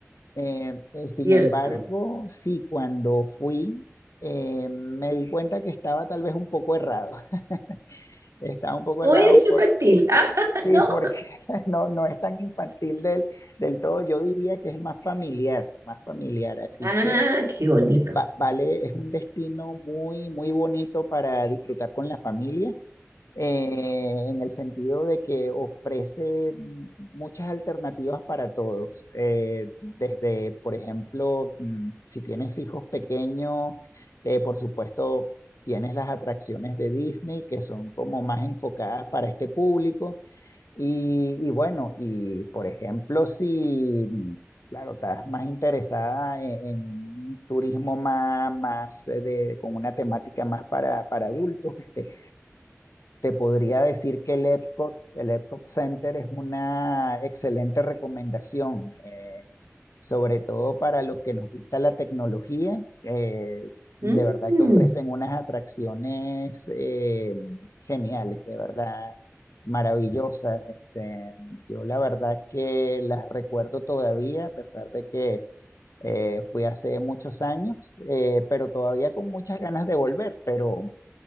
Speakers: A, on the left; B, on the right.
A: Eh, eh, sin
B: Cierto.
A: embargo, sí, cuando fui, eh, me di cuenta que estaba tal vez un poco errado. <laughs> Estaba un poco
B: ¿O
A: errado
B: eres infantil? <laughs> Ah,
A: Sí,
B: no.
A: porque <laughs> no, no es tan infantil del, del todo, yo diría que es más familiar, más familiar, así
B: Ah,
A: que
B: qué bonito.
A: eh, va- vale, es un destino muy, muy bonito para disfrutar con la familia, eh, en el sentido de que ofrece mm, muchas alternativas para todos, eh, desde, por ejemplo, mm, si tienes hijos pequeños, eh, por supuesto, tienes las atracciones de Disney que son como más enfocadas para este público y, y bueno, y por ejemplo, si, mm, claro, estás más interesada en, en un turismo más, más eh, de, con una temática más para, para adultos, este, te podría decir que el Epcot, el Epcot Center es una excelente recomendación, eh, sobre todo para los que nos gusta la tecnología. eh, de
B: Mm,
A: verdad que ofrecen unas atracciones eh, geniales, de verdad, maravillosas. Este, yo la verdad que las recuerdo todavía, a pesar de que eh, fui hace muchos años, eh, pero todavía con muchas ganas de volver, pero...